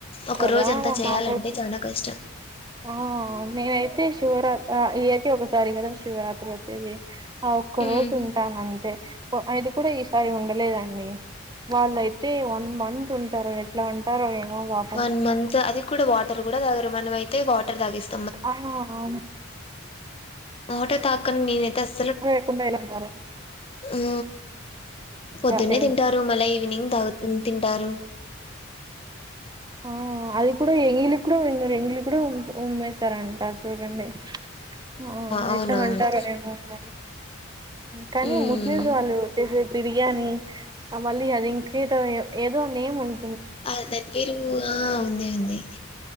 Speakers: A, on the left; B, on the right.
A: ఒక
B: కదా
A: రోజు అంతా చేయాలంటే
B: నాకైతే
A: చానా కష్టం.
B: ఆ నేనైతే శివరాత్రి అ ఇయరికి ఒకసారి కదా శివరాత్రి వచ్చేది. ఆ ఒక్క
A: ఉమ్
B: రోజు ఉంటాను అంతే పొ అది కూడా ఈసారి ఉండలేదండి. వాళ్ళయితే వన్ మంత్ ఉంటారు ఎట్లా ఉంటారో ఏమో పాపం
A: వన్ మంత్ అది కూడా వాటర్ కూడా తాగరు మనమయితే వాటర్ తగేస్త
B: ఆహా అవును
A: వాటర్ తాకన్ నేనైతే అస్
B: లేకుండైనా ఉన్నారు
A: ఉ పొద్దున్నే
B: సేమ్
A: తింటారు మళ్ళా ఈవినింగ్ తాగ్ తింటారు.
B: ఆ అది కూడా ఎంగిలి కూడా వుమ్ ఎంగిలి కూడా ఉమ్మేస్తారంటా చూడండి. ఆ
A: అవునవును
B: ఎట్లా ఉంటారు ఎమో మరి కానీ
A: ఉమ్
B: ముస్లిమ్స్ వాళ్ళు వచ్చేసేసి బిర్యానీ మళ్ళీ అది ఇంకేదో ఏదో నేమ్ ఉన్
A: ఆ దెబ్బి వూరుగా ఆ ఉంది ఉన్నింది